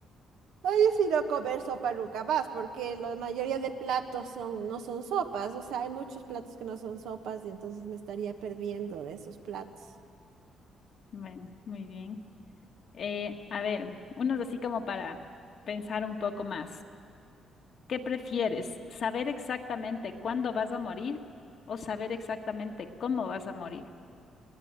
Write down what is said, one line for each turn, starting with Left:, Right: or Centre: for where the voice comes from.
Right: No he decidido comer sopa nunca más, porque la mayoría de platos son, no son sopas, o sea, hay muchos platos que no son sopas y entonces me estaría perdiendo de esos platos.
Left: Bueno, muy bien. Eh, a ver, unos así como para pensar un poco más. ¿Qué prefieres? ¿Saber exactamente cuándo vas a morir o saber exactamente cómo vas a morir?